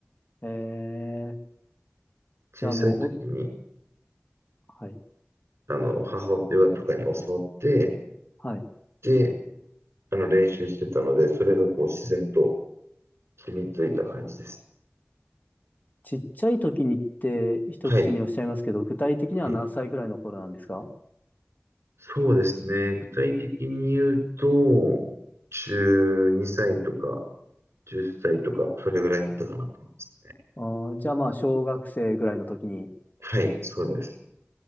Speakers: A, on the left; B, on the right.
A: えー、
B: 小さい時に、
A: じゃあもう、お、はい。
B: あの、母親とかに教わって、
A: はい
B: で、あの、練習してたので、それがこう、自然と染みついた感じです。
A: ちっちゃい時にって一口におっしゃいますけど、
B: はい。
A: 具体的には何歳ぐらいの頃なんですか
B: はいそうですね。具体的に言うと、12歳とか、10歳とか、それぐらいだったかなと思いますね。
A: あーじゃあまあ、小学生ぐらいの時に、
B: はい、そうです。